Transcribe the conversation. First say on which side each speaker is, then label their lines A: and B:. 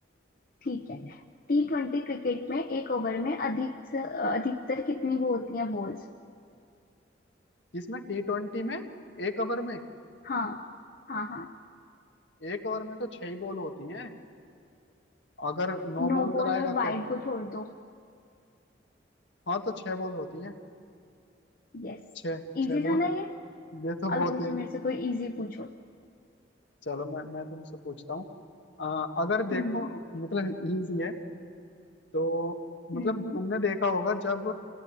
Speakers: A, on the left; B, on the left.
A: ठीक है टी ट्वेंटी क्रिकेट में एक ओवर में अधिक से अधिकतर कितनी वो होती हैं बॉल्स
B: इसमें टी ट्वेंटी में एक ओवर में
A: हाँ हाँ हाँ
B: एक ओवर में तो छह ही बॉल होती हैं अगर नौ
A: नो
B: बॉल
A: बॉल
B: कराएगा
A: और वाइड
B: तो
A: को छोड़ दो
B: हाँ तो छह बॉल होती है
A: यस
B: छः छः
A: इजी
B: बॉल
A: था ना ये
B: ये तो
A: अब
B: बहुत
A: तुम
B: ही
A: भी मेरे से कोई इजी पूछो
B: चलो मैं मैं तुमसे पूछता हूँ अ, अगर देखो
A: हम्म
B: मतलब इजी है तो मतलब
A: हम्म
B: तुमने देखा होगा जब